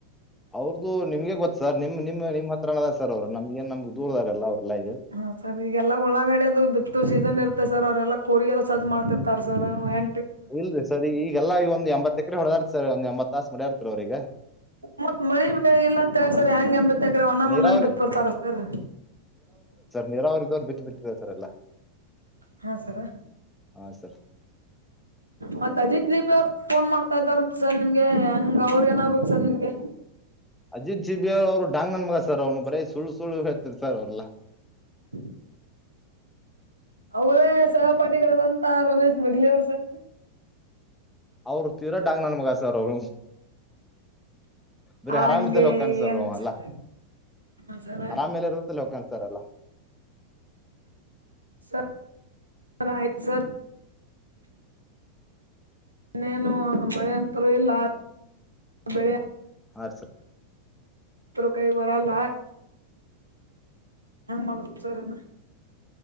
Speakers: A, in the centre; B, on the right.
A: ಅವ್ರದ್ದುಮಗೆ ಗೊತ್ತ ಸ ನಿಮ್ ನಿಮ್ ನಿಮ್ಮ ಹತ್ರ ಅದ ಸರ್ ಅವ್ರು ನಮ್ಗಏನ್ ನಮ್ಗೆ ದೂರದಾರಲ್ಲ ಅವ್ರಲ್ಲ ಈಗ
B: ಹಾ ಸರ್ ಈಗೆಲ್ಲಾ ಉಳ್ಳಂಗಡ ಅದು ಬಿತ್ತು ಸೀಸನ್ ಇರ್ತ್ತತೆ ಸರ್ ಅವ್ರೆಲ್ಲ ಕೂಗ ಅದ ಸರ್ಜ್ ಮಾಡ್ತಿರ್ತಾರ ಸರ್ ಎ
A: ಇಲ್ರಿ ಸರ್ ಈಗಲ್ಲ ಈ ಒಂದು ಎಂಬತ್ತ ಎಕರೆ ಹೊಡೆದಾರತಿ ಸರ್ ಒಂದ ಎಂಬತ್ ತಾಸ ಮಾಡಡ್ಯರ್ತಿರ ಅವ್ರೀಗ
B: ಮತ್ ಮಳಿ ಇಲ್ಲ ಅಂತ ಹೇಳ್ತಾರೆ ಹೆಂಗೆ ಅಂಬ ಮೆಕ್ರ ಅಣಾಮನಲ್ಲಿ
A: ನೀರಾವರಿ
B: ಬಿತ್ ಬರ್ತಾರ ಸರ್
A: ನೀರಾವ್ರ ಇದ್ರು ಬಿು ಬಿಟ್ಟಿದ ಸರ್ ಎಲ್ಲ
B: ಹಾ ಸರ
A: ಹಾ ಸರ್
B: ಮತ್ ಅಜಿತ್ ದೀಪಿ ಅವ್ರು ಫೋನ್ ಮಾಡ್ತಾ ಇದ್ದಾರಂತೆ ಸರ್ ನಿಮ್ಗೆ ಹೆಂಗ ಅವ್ರ ಏನಾಗ್ಬೇಕಕ್ ಸರ್ ನಿಮ್ಗೆ
A: ಅಜಿತ್ ಜಿ ಬಿಿಯ ಅವರುಡಾಂಗ್ ನನ್ ಮಗ ಸರ್ ಅವ್ನು ಬರ ಸು ಸುಳ್ಳು ಹೇಳ್ತಿರ್ ಸರ್ ಅವ್ರಲ್ಲ
B: <inaudible> ಅವರೇ ಸಹಪಾಠಿಗಳದಂತ ರಮೇಶ್ ಬಗ್ಲಿ ಅವರು ಸ
A: ಅವರು ತೀರಾ ಡಾಂಗ್ ನನ್ ಮಗಸರ್ ಅವ್ರು ಬರೀ
B: ಹಂಗೆ
A: ಆರಾಮ್ದಲ್ಲ ಕಾಣ್ಸರು
B: ಏನ್
A: ಅಲ್ಲ
B: ಸರ್ ಹಾ ಸರ್
A: ಆರಾಮ್ ಎಲ್ಲಿ ಇರುತ್ತ ಲೋಕಾಂತರಲ್ಲ
B: ಸರ್ ಸಯ ಸರ್ ಇನ್ನೇನು ಮಳೆ ಅಂತರುೂ ಇಲ್ಲ ಬೆಳೆ
A: ಹಾ ಸರ್
B: ಕೈ ವರಲ್ಲ ಹೆಂಗ್ ಮಾಡುದು ಸರಿನ